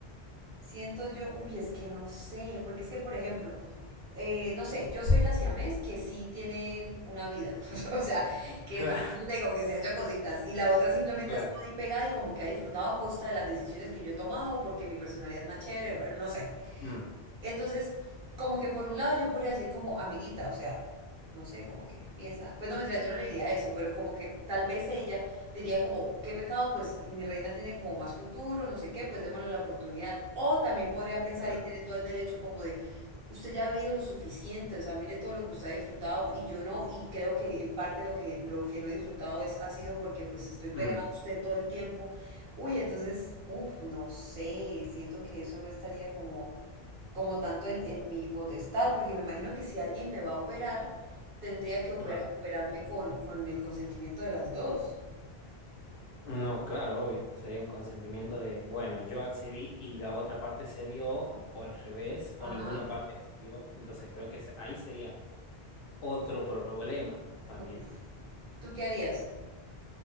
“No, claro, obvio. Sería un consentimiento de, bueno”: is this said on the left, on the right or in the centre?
Left